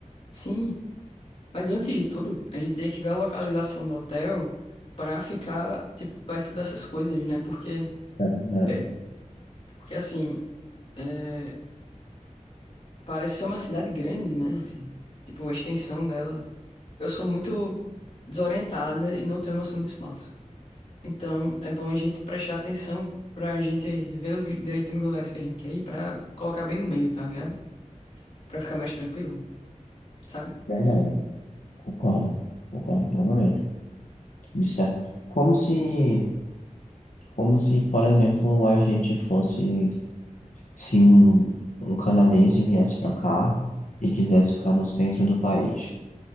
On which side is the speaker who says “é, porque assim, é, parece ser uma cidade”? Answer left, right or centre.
Left